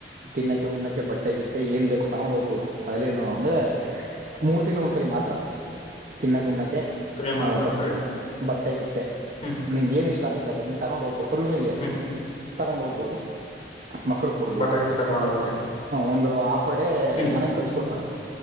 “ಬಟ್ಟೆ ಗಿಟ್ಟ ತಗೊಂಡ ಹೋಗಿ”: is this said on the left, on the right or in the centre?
Left